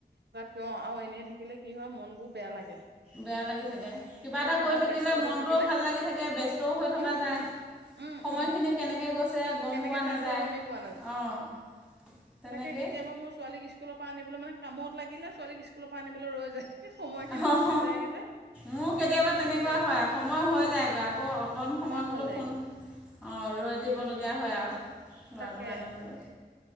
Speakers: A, on the right (about 85°); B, in the centre.
A: কিয় আৰু এনেই থাকিলে কি হয় মনবোৰ বেয়া লাগে
B: বেয়া লাগি থাকে কিবা এটা কৰি
A: কামত
B: থাকিলে
A: ব্যস্ত
B: মনটোও
A: হৈ থাকিলে
B: ভাল লাগি থাকে ব্যস্তও হৈ থকা
A: উম
B: যায়
A: উম উম
B: সময়খিনি
A: উম
B: কেনেকৈ গৈছে গম
A: কেনেকে
B: পোৱা নাযায়
A: পাৰ হৈ গমেই পোৱা
B: অঁ তেনেকেই
A: তাকে কেতিয়াবা মোৰ ছোৱালীক স্কুলৰ পৰা আনিবলৈ মানে কামত লাগিলে ছোৱালীক স্কুলৰ পৰা আনিবলৈ ৰৈ যায় সময় খিনি
B: অঁ
A: গুচি যায়গে যে
B: মোৰ কেতিয়াবা তেনেকোৱা
A: তাকে
B: হয় সময় হৈ যায়গৈ আকৌ অকণ সময়
A: হৈ
B: বোলো
A: যায়গৈ
B: ফোন অঁ ৰৈ দিবলগীয়া
A: উম
B: হয় আৰু ল'ৰাটোক
A: তাকে
B: আনিবলৈ